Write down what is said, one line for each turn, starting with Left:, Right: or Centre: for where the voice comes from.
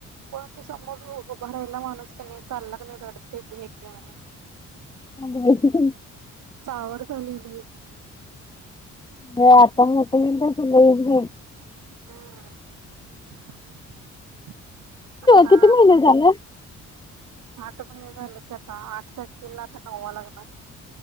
Right: पण ते समोर उभा राहीला माणूस की नई, चालला की नई रडते घे घे म्हणून
Left: अगं बाई
Right: चावट झाली लै
Left: हे आता मोठ हुईल तस लई बई.
Right: हम्म. आता
Left: किती महिन झालं?
Right: आठ महिने झालं की आता आठ तारखेला आता नववा लागणार.